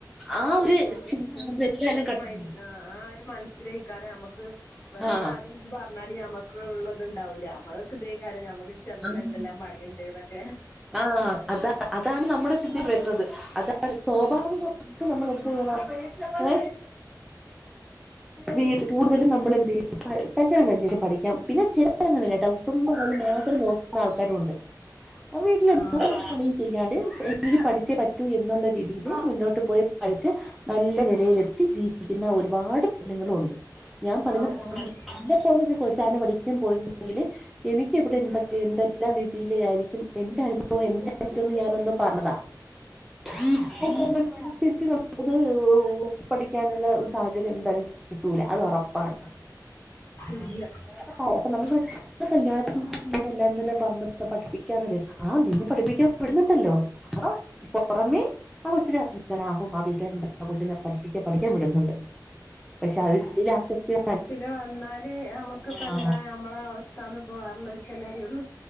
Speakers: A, in the centre; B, on the left (about 35°).
A: ആ ഒരു
B: ആഹ് അതൊക്കെത്തൻ
A: ചിന്ത എല്ലാരും
B: ആ ഒരു
A: കടന്നു
B: മൈൻ
A: വരും
B: ആഹ് ആ ഒരു മനസ്സിലേക്കാരം അമ്മക്ക് വേറെ
A: ആ
B: ആരും ഇത് പറഞ്ഞാല് ഞമ്മക്ക ഉള്ളത്ണ്ടാവൂല്ല നമ്മക്ക് ഇതേകാരം ഞമ്മക് വീട്ട് ചെന്നല്ല
A: ആ
B: എന്തെല്ലാം പണിയുണ്ട്ന്നൊക്കെ
A: ആഹ് അത അതാണ് നമ്മുടെ ചിന്തയിൽ വരുന്നത് അതാണ് സ്വാഭാവികം അപ്പം നമ്മള് എന്ത്ചെയ്യണം ഏഹ് വീട് കൂടുതലും നമ്മളെന്ത്‌യ്യും പ കല്യാണം കഴിഞ്ഞ ശേഷം പഠിക്കാം പിന്നെ ചില ഇപ്പഴങ്ങാനല്ല ട്ടോ സ്വന്തം കാര്യം മാത്രം നോക്കുന്ന ആൾക്കാരും ഉണ്ട് ആ വീട്ടിലെന്താ
B: ആഹ്
A: <unintelligible> പണി ചെയ്യാണ്ട് എനിക്ക് പഠിച്ചേ പറ്റൂ എന്നുള്ള രീതിയില് മുന്നോട്ട് പോയി പഠിച്ച്. നല്ല നിലയിലെത്തി ജീവിക്കുന്ന ഒരുപാട് പെണ്ണുങ്ങളും ഉണ്ട്. ഞാൻ പറഞ്ഞ
B: ഉണ്ട്
A: <unintelligible>
B: ഉം
A: എന്നെ പോലോരു കൊച്ചാണ് പഠിക്കാൻ പോയിരുന്നെങ്കില് എനിക്ക് ഇവിടെ എന്തൊക് എന്തെല്ലാം രീതിയില് ആയിരിക്കും എന്റെ അനുഭവം എന്തായിരിക്കുംന്ന് ഞാനൊന്ന് പറഞ്ഞതാ. <unintelligible>
B: ആഹ് അതന്നെ
A: മനസ്സിരുത്തി സം അത് പഠിക്കാനുള്ള ഒരു സാഹചര്യം എന്താലും കിട്ടൂല അത് ഉറപ്പാണ്.
B: ഇല്ല.
A: പപ്പായ അപ്പം നമ്മള് കല്യാണത് എല്ലാരും തന്നെ പഞ്ഞെ പഠിപ്പിക്കാന്നില്ലേ ആ നീ പഠിപ്പിക്കാൻ വിടുന്നുണ്ടല്ലോ ആ പൊറമെ
B: ആഹ്
A: ആ കൊച്ചിനെ ഞൻാ <unintelligible> കും ആ വീട്ടുകാരു ആ കൊച്ചിനെ പഠിക്കൻ പഠിക്കാൻ വിടുന്നുണ്ട്. പക്ഷെ അതിനുള്ളിൽ ആ കൊച്ചിനെ
B: വീട്ടില് വന്നാല് നമ്മക്കിപ്പോ
A: ആ,
B: എന്താ നമ്മളെ അവസ്ഥന്ന് ഇപ്പൊ വേറെ ഉള്ളവർക്ക് അല്ലേ - എവിടുന്നാ